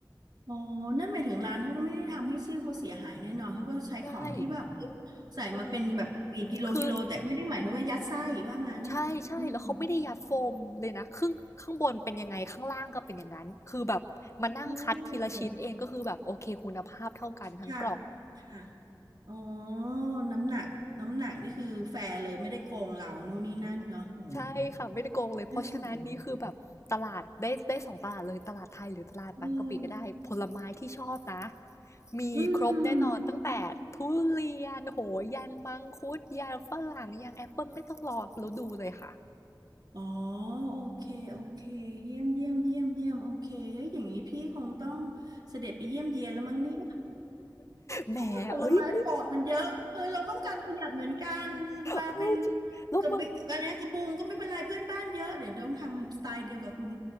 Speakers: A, on the right; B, on the left.
A: อ๋อนั่นหมายถึงร้านเขาก็ไม่ได้ทำให้ชื่อเขาเสียหายแน่นอนเขาก็ใช้ของที่แบบเอ๊ะใส่มาเป็นแบบกี่กิโลกิโลแต่ไม่ได้หมายถึงว่ายัดไส้ว่างั้น
B: ใช่เออคือใช่ๆแล้วเขาไม่ได้ยัดโฟมเลยนะครึ่งข้างบนเป็นยังไงข้างล่างก็เป็นอย่างนั้นคือแบบมานั่งคัดทีละชิ้นเองก็คือแบบโอเคคุณภาพเท่ากันทั้งกล่อง
A: อืมโอ้ค่ะค่ะ อ๋อน้ำหนักน้ำหนักนี่คือแฟร์เลยไม่ได้โกงเรานู่นนี่นั่นเนาะโห
B: ใช่ค่ะไม่ได้โกงเลยเพราะฉะนั้นนี่คือแบบตลาดได้ได้สองตลาดเลยตลาดไทยหรือตลาดบางกะปิก็ได้ผลไม้ที่ชอบนะ
A: น่าสนเออ
B: มีครบแน่นอนตั้งแต่ทุเรียนโหยันมังคุดยันฝรั่งยันแอปเปิลไม่ต้องรอแล้วดูเลยค่ะ
A: อืมอ๋อโอเคโอเคเยี่ยมเยี่ยมเยี่ยมเยี่ยมโอเคเฮ้ยอย่างนี้พี่คงต้องเสด็จไปเยี่ยมเยียนแล้วมั้งเนี่ย
B: แหมเอ้ยไม่
A: เพราะว่าผลไม้ปลอดมันเยอะเออเราต้องการประหยัดเหมือนกันมาเป็น
B: เออจริงแล้วบอก
A: กระบิอะไรนะกระบุงก็ไม่เป็นไรเพื่อนบ้านเยอะเดี๋ยวต้องทำสไตล์เดียวกับคุณ